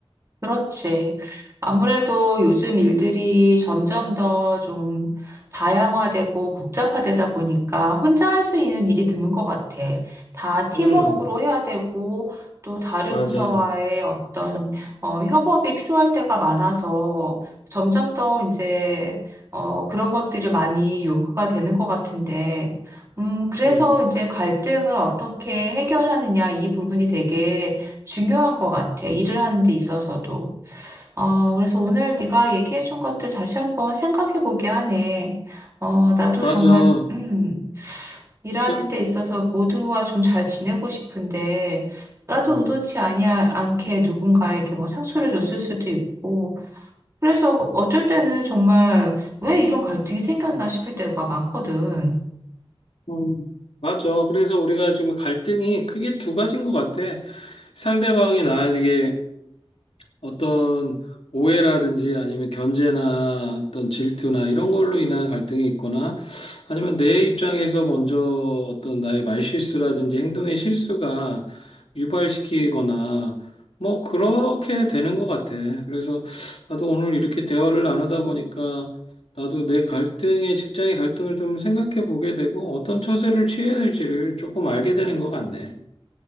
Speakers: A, on the right; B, on the left.
A: 그렇지. 아무래도 요즘 일들이 점점 더 좀 다양화되고 복잡화되다 보니까 혼자 할 수 있는 일이 드문 것 같아. 다 팀워크로
B: 음,
A: 해야 되고 또 다른
B: 맞아.
A: 부서와의 어떤 어, 협업이 필요할 때가 많아서 점점 더 이제 어, 그런 것들이 많이 요구가 되는 것 같은데, 음, 그래서
B: 음,
A: 이제 갈등을 어떻게 해결하느냐 이 부분이 되게 중요한 것 같아. 일을 하는 데 있어서도. 어, 그래서 오늘 네가 얘기해 준 것들 다시 한번 생각해 보게 하네. 어, 나도
B: 맞아.
A: 정말, 음, 일하는
B: 그,
A: 데 있어서 모두와 좀 잘 지내고 싶은데, 나도
B: 음,
A: 의도치 아니야, 않게 누군가에게 뭐 상처를 줬을 수도 있고, 그래서 어쩔 때는 정말 왜 이런 갈등이 생겼나 싶을 때가 많거든.
B: 음, 맞아. 그래서 우리가 지금 갈등이 크게 두 가지인 것 같아. 상대방이 나에게 어떤 오해라든지 아니면 견제나 어떤 질투나 이런 걸로 인한 갈등이 있거나 아니면 내 입장에서 먼저 어떤 나의 말실수라든지 행동의 실수가 유발시키거나 뭐 그렇게 되는 것 같아. 그래서 나도 오늘 이렇게 대화를 나누다 보니까 나도 내 갈등의 직장의 갈등을 좀 생각해 보게 되고 어떤 처세를 취해야 될지를 조금 알게 되는 것 같네.